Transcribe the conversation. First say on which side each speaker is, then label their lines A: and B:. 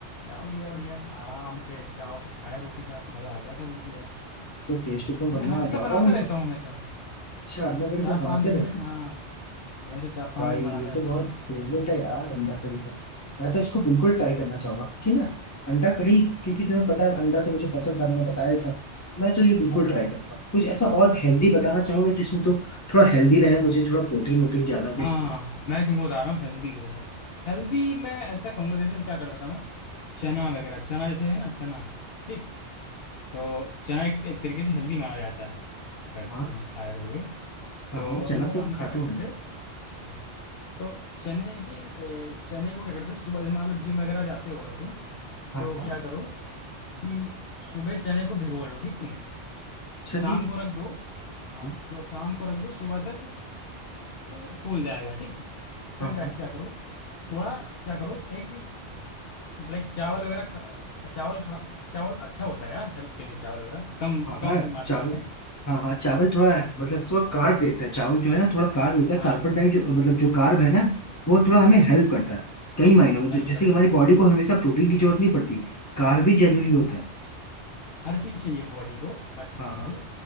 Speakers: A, on the left; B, on the left.
A: डाल दिया बढ़िया आराम से चाव साथ खाया रोटी साथ मज़ा आ गया था बिल्कुल यार
B: तो टेस्ट एकदम बढ़िया
A: मैं हमेशा
B: आ गया
A: बनाता
B: होगा भाई
A: रहता
B: तो
A: हूँ हमेशा
B: अच्छा अंडा करी
A: चार
B: तुम बनाते
A: पाँच दिन
B: रहते
A: में हाँ
B: हो
A: हमेशा चार पांच
B: भाई
A: दिन
B: ये
A: बनाता रहता
B: तो बहुत
A: हूँ मैं
B: फेवरेट है यार अंडा करी तो मैं तो इसको बिल्कुल ट्राई करना चाहूंगा कि ना अंडा करी क्योंकि तुम्हें पता है अंडा तो मुझे पसंद था मैंने बताया ही था मैं तो ये बिल्कुल
A: हाँ
B: ट्राई करूंगा
A: हम्म।
B: कुछ ऐसा और हेल्दी बताना चाहोगे जिसमें तो थोड़ा हेल्दी रहे मुझे थोड़ा प्रोटीन वोटीन ज्यादा मिले
A: हाँ मैं तुमको बता रहा हूँ हेल्दी देखो हेल्दी मैं ऐसा कहूँगा जैसे क्या करता था मैं चना वगैरह चना जैसे है ना चना ठीक तो चना एक, एक तरीके से हेल्दी माना जाता है अगर
B: हम्म।
A: तुम खाए होगे
B: हाँ
A: तो
B: हाँ
A: हम
B: चना
A: लोग हम
B: तो खाते
A: क्या करते
B: होंगे
A: थे हम्म, तो चने की ए, चने को क्या करते थे सुबह जैसे मान लो जिम वगैरह जाते हो अगर तुम
B: हाँ
A: तो
B: हाँ
A: क्या करो कि सुबह चने को भिगो लो ठीक तुम
B: अच्छा
A: शाम
B: जी
A: को रख दो हाँ
B: हाँ
A: सु- शाम को रख दो सुबह तक वो फूल जाएगा ठीक
B: हाँ
A: फिर जाके क्या करो थोड़ा क्या करो एक लाइक चावल वगैरह खा- चावल खा चावल अच्छा होता है यार हेल्थ के लिए चावल वगैरह कम
B: हाँ हाँ
A: कम मात्रा
B: चावल
A: में
B: हाँ हाँ चावल थोड़ा मतलब थोड़ा कार्ब देता है चावल जो है ना थोड़ा कार्ब देता है
A: हाँ
B: कार्बन डाई जो मतलब जो कार्ब है ना वो थोड़ा हमें हेल्प
A: हाँ
B: करता है कई मायनों में ज-
A: हेल्प
B: जैसे
A: करता
B: कि हमारी
A: है
B: बॉडी को हमेशा प्रोटीन की जरूरत नहीं पड़ती कार्ब भी जरूरी होता
A: हाँ
B: है
A: हर चीज़ चाहिए बॉडी को हर चीज़
B: हाँ
A: चाहिए
B: हाँ